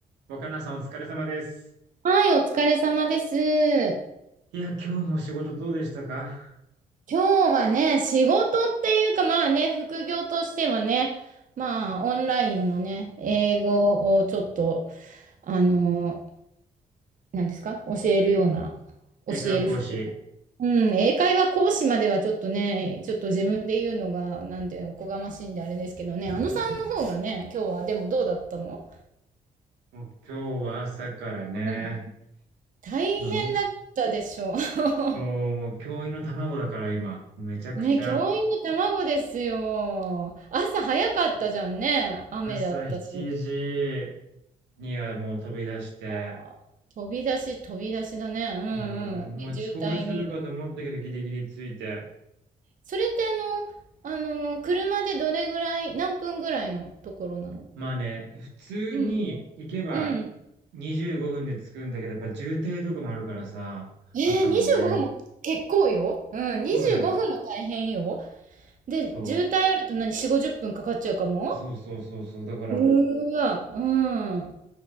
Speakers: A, on the right; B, on the right.
A: 若菜さんお疲れ様です。
B: はい、お疲れ様です。
A: いや、今日も仕事どうでしたか
B: 今日はね、仕事っていうか、まあね、副業としてはね、まあ、オンラインのね、英語をちょっと、あの、何ですか、教えるような、教えるふ、
A: 英会話講師。
B: うん、英会話講師まではちょっとね、ちょっと自分で言うのが、なんていうの、おこがましいんであれですけどね、あのさんの方がね、今日は、でもどうだったの
A: もう今日は朝からね、
B: うん大変だったでしょう。
A: もう、
B: <laughs>
A: そう、もう教員の卵だから今、もうめちゃくちゃ、
B: ね、教員の卵ですよ。朝早かったじゃんね。雨だったし。
A: 朝7時にはもう飛び出して、
B: あー飛び出し、飛び出しだね。うんうん。
A: もう、もう遅刻するかと思ったけどギリギリついて。
B: で、渋滞に。それってあの、あの、車でどれぐらい、何分ぐらいのところなの
A: まあね、普通に行けば
B: うん。うん。
A: 25分で着くんだけど、やっぱ渋滞とかもあるからさ、
B: えー、
A: 朝はね。
B: 25分も結構よ。うん、25分も大変よ。
A: そうだよ。
B: で、
A: そ
B: 渋滞あると何、4、50分かかっちゃうかも
A: う。そうそうそうそう。だから、
B: うーわ、うん。